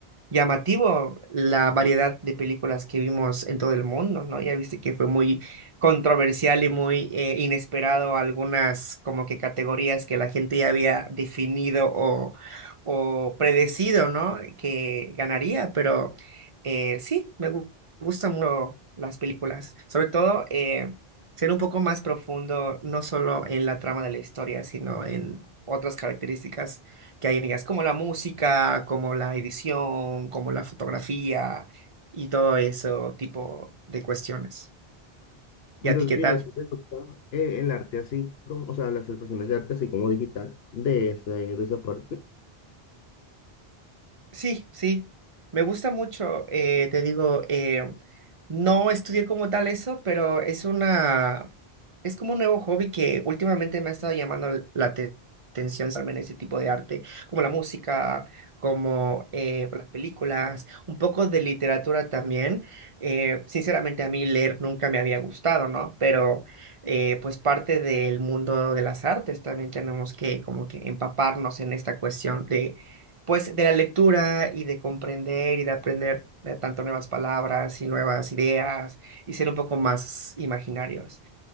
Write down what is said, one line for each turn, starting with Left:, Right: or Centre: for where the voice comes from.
Right: llamativo la variedad de películas que vimos en todo el mundo, ¿no? Ya viste que fue muy controversial y muy eh, inesperado algunas como que categorías que la gente ya había definido o predecido, ¿no? Que ganaría, pero eh, sí, me gu- gustan mucho las películas, sobre todo eh, ser un poco más profundo, no solo en la trama de la historia, sino en otras características que hay en ellas, como la música, como la edición, como la fotografía y todo eso tipo de cuestiones.
Left: Entonces
Right: ¿Y a ti qué
Left: dirías
Right: tal?
Left: que te gusta eh, el arte así, como, o sea, las expresiones de arte así como digital, de, ese, de esa parte.
Right: Sí, sí, me gusta mucho, eh, te digo, eh, no estudié como tal eso, pero es una, es como un nuevo hobby que últimamente me ha estado llamando l- la te- atención, estarme en ese tipo de arte, como la música, como eh, las películas, un poco de literatura también. Eh, sinceramente a mí leer nunca me había gustado, ¿no? Pero eh, pues parte del mundo de las artes también tenemos que como que empaparnos en esta cuestión de pues de la lectura y de comprender y de aprender eh, tanto nuevas palabras y nuevas ideas y ser un poco más imaginarios.